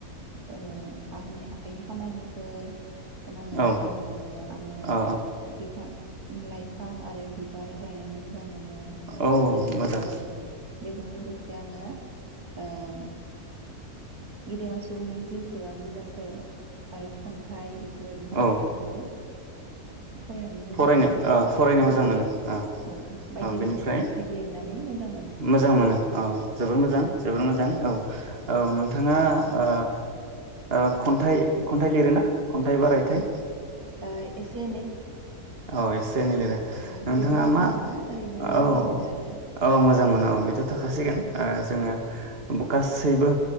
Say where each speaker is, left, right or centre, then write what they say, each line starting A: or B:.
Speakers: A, on the right; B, on the right.
A: ओ आंनि आखायनि खामानिफोर ओ मावनानै
B: औ
A: मोजां मोनो आङो
B: औ
A: बिफां लाइफां आरो बिबार गायनानै मोजां मोनो
B: औ
A: आरो
B: मोजां
A: अ बेजों से आङो गेदेमा सुबुंनि जिउ खौरां बिजाबफोर आरो खन्थाइ बेफो फोरबायदि बिजाबफोरखौ
B: औ
A: ओ फरायनानै मोजां
B: फरायनो
A: मोनो
B: ओ
A: आरो
B: फरायनो
A: औ
B: मोजां मोनो ओ
A: औ बायदि
B: औ बेनिफ्राय
A: रोखोमनि खन्थाइ लिरनानै मोजां मोनो
B: मोजां मोनो औ जोबोर मोजां जोबोर मोजां औ औ नों थाङा ओ ओ खन्थाइ खन्थाइ लिरोना खन्थाइ बाराय <unintelligible>
A: ओ एसे एनै
B: औ एसे एनै लिरो
A: औ
B: नोंथाङा
A: लिरगिरिथ'
B: मा
A: नङा ओरैनो मोजां
B: औ
A: मोनो आरो
B: औ मोजां मोनो औ बेथ' थाखासिगोन
A: औ
B: ओ जोङो
A: औ
B: गासैबो